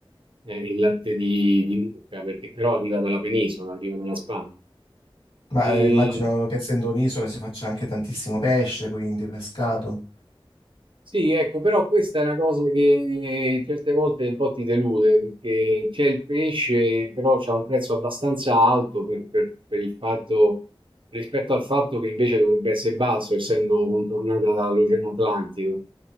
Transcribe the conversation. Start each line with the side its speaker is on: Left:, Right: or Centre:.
Right: eh, il latte di, di mucca, perché però arriva dalla penisola, arriva dalla Spagna.
Left: Ma
Right: E,
Left: eh, immagino che essendo un'isola si faccia anche tantissimo pesce, quindi pescato.
Right: Sì, ecco, però questa è una cosa che eh, certe volte un po' ti delude, perché c'è il pesce, però c'ha un prezzo abbastanza alto per, per- per il fatto, rispetto al fatto che invece dovrebbe essere basso, essendo contornata dall'Oceano Atlantico